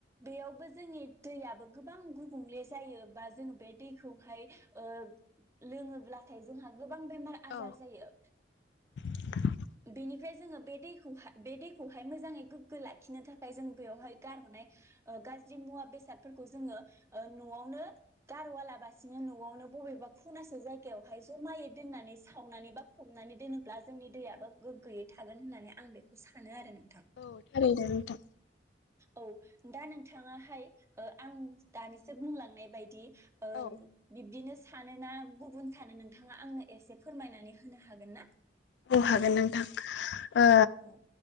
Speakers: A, on the right (about 15°); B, on the left (about 80°).
A: बेयावबो जोंनि दैयाबो गोबां गुबुंले जायो बा जों बे दैखौहाय ओ लोङोब्लाथाय जोंहा गोबां बेमार आजार
B: औ
A: जायो।
B: <unintelligible>
A: बेनिफ्राय जोङो बे दैखौहा बे दैखौहाय मोजाङै गोग्गो लाखिनो थाखाय जों बेवहाय गारहरनाय गाज्रि मुवा बेसादफोरखौ जोङो ओ न'आवनो गारबोआलासिनो न'आवनो बबेबा खनासे जायगायावहाय जमायै दोननानै सावनानै बा फबनानै दोनोब्ला जोंनि दैयाबो गोग्गोयै थागोन होननानै आं बेखौ सानो आरो नों
B: औ थारैनो नोंथां
A: औ दा नोंथाङाहाय ओ आं दानिसो बुंलांनाय बायदि ओ
B: औ
A: बिब्दिनो सानो ना गुबुन सानो नोंथाङा आंनो एसे फोरमायनानै होनो हागोन ना?
B: औ हागोन नोंथां ओ
A: औ